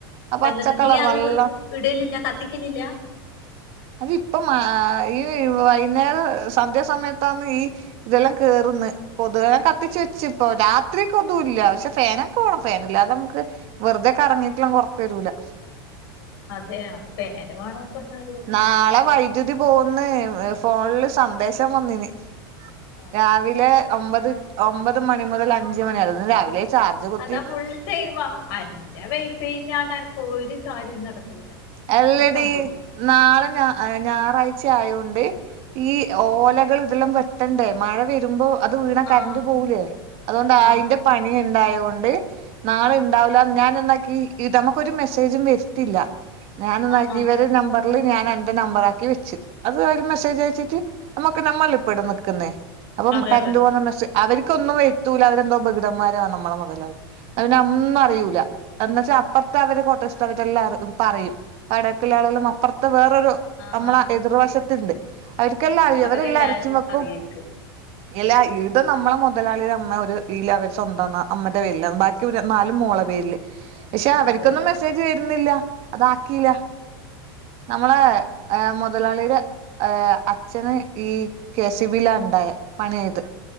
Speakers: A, on the right; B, on the left.
A: ആ പച്ചക്കളർ
B: എന്നിട്ട് നീ അത്
A: നല്ലം
B: ഇടലില്ല കത്തിക്കലില്ല
A: അത് ഇപ്പൊ മാ ഈ വൈന്നേരം സന്ധ്യാസമയത്താണ് ഈ ഇതെല്ലാം കേറ്ന്ന് കൊത് വേ ഞാ കത്തിച്ച് വെച്ച് പ്പൊ രാത്രി കൊതു ഇല്ല പക്ഷെ ഫേനൊക്കെവാണം ഫേൻ ഇല്ലാതെ നമുക്ക് വെർതെ കറങ്ങിട്ട്ല്ലെൻങ്കെ ഒർക്കെരൂല
B: അതെയാ പേന് വാണോപ്പെന്നാലും
A: നാളെ വൈദ്യുതി പോവുന്ന് ഫോണില് സന്ദേശം വന്നിന്
B: പട
A: രാവിലെ ഒമ്പത് ഒമ്പത് മണി മുതൽ അഞ്ച് മണിയായിരുന്നു രാവിലെ ചാർജ് കുത്തി
B: അതാ ഫു ൾ ടൈമാ അൻ ഞാ വൈഫൈയിറ്റാണ്ട് എനക്ക് ഒരു കാര്യം നടക്കൂല എന്ത്
A: അല്ലടി
B: സംഭവോം
A: നാളെ ഞ ഞായറാഴ്ച ആയോണ്ട് ഈ ഓലകൾ ഇതെല്ലാം വെട്ടണ്ടേ മഴ വെര്മ്പോ അത് വീണ കര്ന്റ്
B: ആഹ്
A: പോവൂലേ അതോണ്ട് ആയിന്റെ
B: ആഹ്
A: പനിയിണ്ടായോണ്ട് നാളെ ഇണ്ടാവുല ഞാനെന്നാക്കി ഇതമ്മക്കൊരു മെസ്സേജും വെര് ത്തില്ല ഞാനൊന്നാക്കി
B: ആഹ് ആഹ്
A: ഇവരെ നമ്പർല് ഞാൻ എന്റെ നമ്പറാക്കി വെച്ച് അത് അയ്ല് മെസ്സേജ് അയച്ചിറ്റ് - നമ്മക്ക് നമ്മള് ഇപ്പെടെ നിക്ക്ന്നേ അപ്പം
B: അതെ
A: കര്ണ്ട്
B: അതെ
A: പോന്ന മെസ്സേ അവര്ക്കൊന്നും എത്തൂല അവരെന്തോ ബധിരന്മാരാ നമ്മളെ മൊതലാളി അഹ് പിന്നെ ഒന്നറിയൂല
B: ആഹ്
A: എന്നച്ച അപ്പർത്തെ അവരെ കോട്ടേഴ്‌സ്ത്തെ അവര് ട്ടെല്ലാറ് പറയും വടക്ക്ള്ളോളെല്ലം അപ്പർത്ത് വേറൊരു
B: ആഹ്
A: നമ്മളെ
B: ആഹ്
A: എതിർവശത്ത്ണ്ട് അവര്ക്കെല്ലാം അറിയും
B: അവരെല്ലാരും
A: അവരെല്ലാം അരച്ചുംവെക്കും
B: അറിയായിരിക്കും
A: എല ഇത് നമ്മളെ മൊതലാളി അമ്മ ഒരു ഇല അവര് സ്വന്തംന്നാ അമ്മടെ പേരിലാ ബാക്കിവര് നാലും മോളെ പേരില് പക്ഷെ അവര്ക്കൊന്നും
B: അതെ അതെ
A: മെസ്സേജ് വരുന്നില്ല അതാക്കിയില്ല നമ്മളെ എഹ് മുതലാളിടെ ഏ അച്ഛന് ഈ കെസിബിലാ ണ്ടായേ പണി ചെയ്ത്